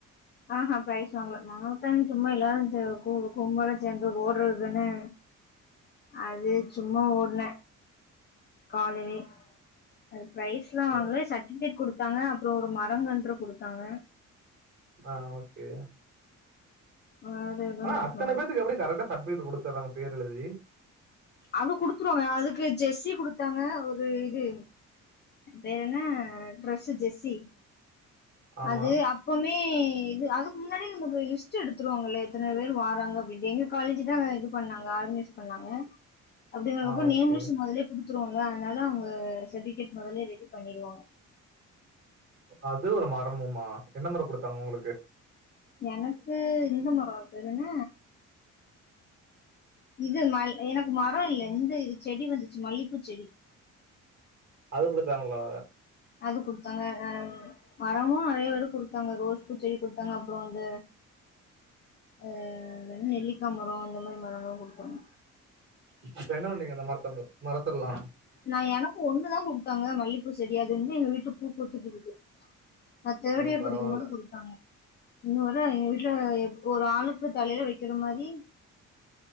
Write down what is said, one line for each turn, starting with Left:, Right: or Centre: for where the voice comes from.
Left: ஆஹ் ப்ரைஸ் வாங்கல மாரத்தன் சும்மா எல்லாரு சே கு கும்பலா சேந்து ஓடுறதுதன அது சும்மா ஓடுனே காலலே அது ப்ரைஸ்லா
Right: ஓ!
Left: வாங்கல சர்ட்டிபிகேட் குடுத்தாங்க அப்றோ ஒரு மரங்கன்று குடுத்தாங்க
Right: ஆ ஓகே
Left: வேற எதுவு
Right: ஆனா அத்தன பேத்துக்கு எப்டி கரட்டா சர்ட்பிகேட் குடுத்துறாங்க பேர் எழுதி
Left: அது குடுத்துருவாங்க அதுக்கு ஜெஸ்ஸி குடுத்தாங்க ஒரு இது பேர் என்ன டிரஸ்ஸு ஜெஸி
Right: ஆமா.
Left: அது அப் எப்வுமே இது அதுக்கு முன்னாடி நமக்கு லிஸ்ட்டு எடுத்துருவாங்கல்ல இத்தன பேரு வராங்க அப்டி இப்டின்னு காலேஜ்ஜி தா ஆ இது பண்ணாங்க ஆர்கனைஸ் பண்ணாங்க அப்டிங்கறப்போ
Right: ஆ ஓகே.
Left: நேம்லிஸ்ட் மொதலே குடுத்துருவோல அதனால அவ்ங்க சர்டிபிகேட் மொதல்லே ரெடி பண்ணிடுவாங்க
Right: அது ஒரு மரமுமா என்ன மர குடுத்தாங்க உங்களுக்கு
Left: எனக்கு இந்த மரோ அது பேரு என்ன இது மல் எனக்கு மரோ இல்ல இந்த இது செடி வந்துச்சு மல்லிப்பூ செடி
Right: அது குடுத்தாங்களா
Left: அது குடுத்தாங்க அ மரமு நெறைய பேரு குடுத்தாங்க ரோஸ் பூச்செடி குடுத்தாங்க அப்றோ அந்த ஆ வே நெல்லிக்கா மரோ இந்த மெரி மரோல்ல குடுத்தாங்க
Right: இப்ப என்ன பண்ணீங்க அந்த மரத்த மு மரத்தலா
Left: நா எனக்கு ஒண்ணுதா குடுத்தாங்க மல்லிப்பூ செடி அது இன்னு எங்க வீட்டுல பூ பூத்துட்டுருக்கு நா தேடியர்
Right: ஓ பரவால்ல
Left: படிக்கு போது குடு த்தாங்க இன்னோ வர எங்க வீட்டுல எப் ஒரு ஆளுக்கு தலயில வைக்கிற மாரி